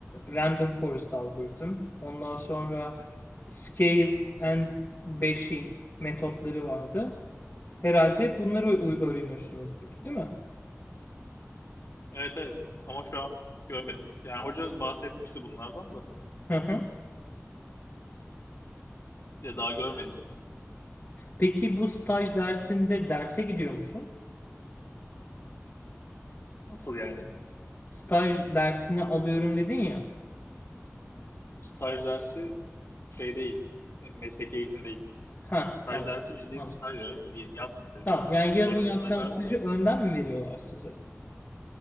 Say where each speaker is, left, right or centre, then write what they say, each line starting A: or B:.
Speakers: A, on the left (about 40°); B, on the left (about 55°).
A: random forest algoritm. Ondan sonra
B: Hı hı. hı.
A: scale and bashing metotları vardı. Herhalde bunları u- öğreniyorsunuzdur, değil mi?
B: Evet evet. Ama şu an görmedik. Yani hoca bahsetmişti bunlardan da.
A: Hı hı.
B: Ya daha görmedik.
A: Peki bu staj dersinde derse gidiyor musun?
B: Nasıl yani?
A: Staj dersini alıyorum dedin ya.
B: Staj dersi şey değil. E, Mesleki eğitim değil.
A: Ha,
B: Staj
A: tamam.
B: dersi bildiğin
A: Anladım.
B: staj ya. y- Yaz stajı.
A: Tamam. Yani yazın
B: Zorunlu
A: yapacağın
B: stajlar
A: stajı
B: var ya.
A: önden mi veriyorlar size?